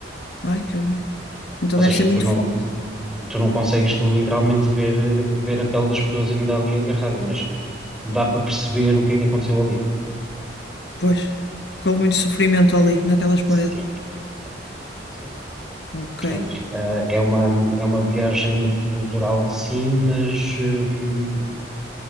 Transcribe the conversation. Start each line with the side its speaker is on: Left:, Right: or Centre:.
Left: Ai, que horror. Então
Centre: Ou
Left: deve
Centre: seja,
Left: ser muito
Centre: tu não,
Left: forte.
Centre: tu não consegues literalmente ver, eh, ver a pele das pessoas ainda ali agarrada, mas dá para perceber o que é que aconteceu ali.
Left: Pois, com muito sofrimento ali, naquelas paredes.
Centre: Sim, sim, sim.
Left: Ok,
Centre: Portanto, eh, é uma, é uma viagem cultural, sim, mas, hum,